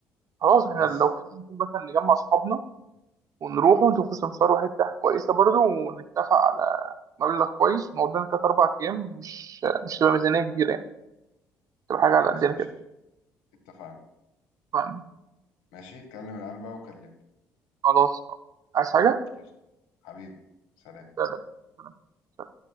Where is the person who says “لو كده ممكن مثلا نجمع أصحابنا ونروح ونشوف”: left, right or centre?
Right